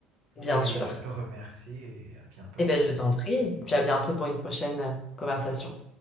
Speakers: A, on the left (about 20°); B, on the right (about 65°).
A: bien
B: Et
A: sûr.
B: je te remercie et à bientôt.
A: Eh bien, je t'en prie, et puis à bientôt pour une prochaine euh, conversation.